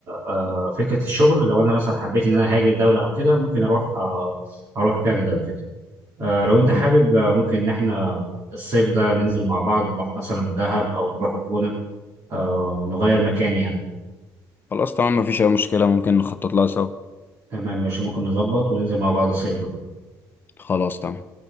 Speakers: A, on the right; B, on the left.
A: آه، فكره الشغل لو انا مثلا حبيت ان انا هاجر دوله او كده ممكن اروح آه، اروح كندا وكده آه، لو انت
B: مم.
A: حابب آه، ممكن ان احنا الصيف ده ننزل مع بعض نروح مثلا دهب او نروح الجونه آه نغير مكان يعني
B: خلاص تمام مفيش اي مشكله ممكن نخطط لها سوا
A: تمام ماشي ممكن نظبط وننزل مع بعض الصيف ده
B: خلاص تمام